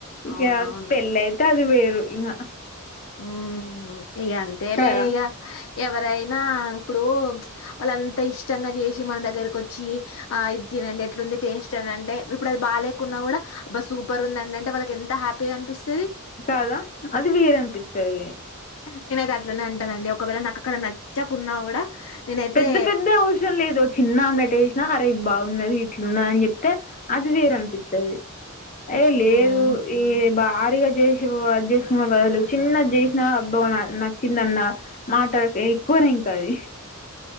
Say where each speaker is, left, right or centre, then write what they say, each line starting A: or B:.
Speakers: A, on the left; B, on the left.
A: ఇక
B: అవునవును
A: పెళ్ళ అయితే అది వేరు ఇకా
B: హ్మ్ ఇగ అంతే
A: కదా
B: లే ఇగ ఎవరైనా ఇప్పుడు వాళ్ళ అంత ఇష్టంగా చేసి మన దగ్గరకు వచ్చి ఆ ఇట్ చూడంఅండి ఎట్లు ఉంది టేస్ట్ అని అంటే ఇప్పుడు అది బాలేకున్నా కూడా బా సూపర్ ఉంది అండి అంటే వాళ్ళకి ఎంత హ్యాపీగా అనిపిస్తది
A: కాదా అది వేరే అనిపిత్తఅది
B: నేన అయితే అట్లానే ఉంటాన అండి ఒకవేళ నాకు అక్కడ నచ్చాకున్నా కూడా నేనైతే
A: పెద్ద పెద్ద అవసరం లేదుో చిన్న ఆమ్లెట్ ఏసినా అరే ఇది బావు ఉన్నది ఇట్లు ఉన్నా న్ అని చెప్తే అది వేరు అనిపిస్తది ఏ లేదు
B: హ్మ్
A: ఏ భారీగా చేస చేసుకున్న బదులు చిన్న చేసిన నచ్చిందన్న మాట త ఎక్కువ తింటాది